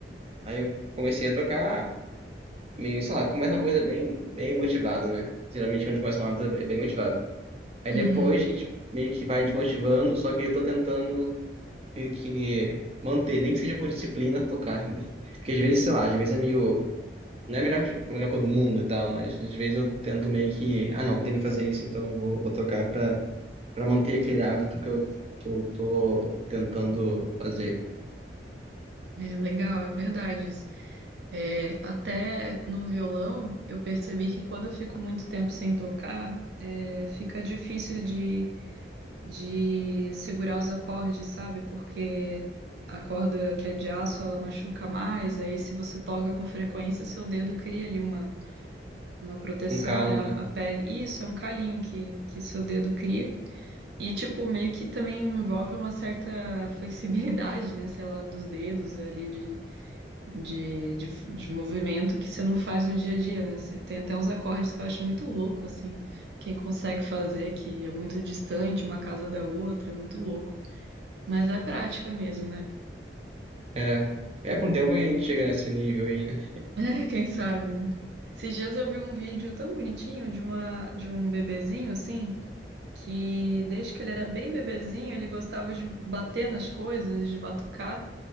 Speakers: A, on the right (about 35°); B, on the right (about 70°).
A: Aí eu comecei a tocar, meio, sei lá, começa uma coisa bem, bem motivada, né? Geralmente quando a gente começa uma hábito é bem motivado. Aí
B: uhum.
A: depois a gente meio que vai desmotivando, só que eu tô tentando meio que manter, nem que seja por disciplina, tocar, né? Porque às vezes, sei lá, às vezes é meio. Não é a melhor, a melhor coisa do mundo e tal, mas às vezes eu tento meio que. Ah, não, tem que fazer isso, então eu vou, vou tocar pra, pra manter aquele hábito que eu, que eu tô tentando fazer.
B: É legal, é verdade. isso. É, até no violão, eu percebi que quando eu fico muito tempo sem tocar, é, fica difícil de, de segurar os acordes, sabe? Porque a corda que é de aço, ela machuca mais. Aí, se você toca com frequência, seu dedo cria ali uma uma proteção,
A: Um calo,
B: né, a,
A: né?
B: a pele. E Isso, é um calinho que, que seu dedo cria. E, tipo, meio que também envolve uma certa <laughs> flexibilidade, né, sei lá, dos dedos ali, de, de, de, de movimento que você não faz no dia a dia, né? Você tem até uns acordes que eu acho muito louco, assim, quem consegue fazer, que é muito distante uma casa da outra, é muito louco. Mas é prática mesmo, né?
A: É, é com o tempo a gente chega nesse nível aí, né?
B: <laughs> Quem sabe, né? Esses dias eu vi um vídeo tão bonitinho de uma, de um bebezinho, assim, que desde que ele era bem bebezinho, ele gostava de bater nas coisas, de batucar.